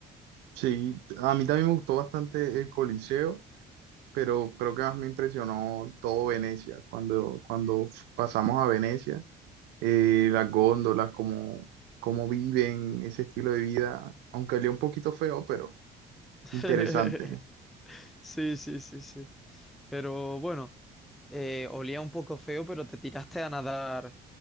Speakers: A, on the right; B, in the centre.
A: sí. A mí también me gustó bastante el Coliseo, pero creo que más me impresionó todo Venecia. Cuando, cuando pasamos a Venecia, eh, las góndolas, cómo, cómo viven, ese estilo de vida, aunque olía un poquito feo, pero
B: <laughs>
A: interesante.
B: Sí, sí, sí, sí. Pero bueno. eh, olía un poco feo, pero te tiraste a nadar